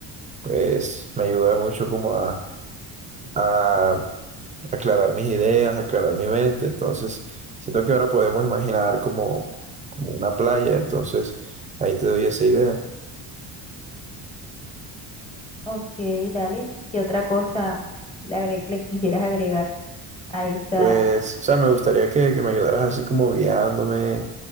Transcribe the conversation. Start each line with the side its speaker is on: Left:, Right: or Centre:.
Right: pues me ayuda mucho como a, a aclarar mis ideas, aclarar mi mente. Entonces siento que ahora podemos imaginar como, como una playa. Entonces ahí te doy esa idea.
Left: Ok, dale. ¿Qué otra cosa le, agre- le quisieras agregar a esa?
Right: Pues, o sea, me gustaría que, que me ayudaras así como guiándome,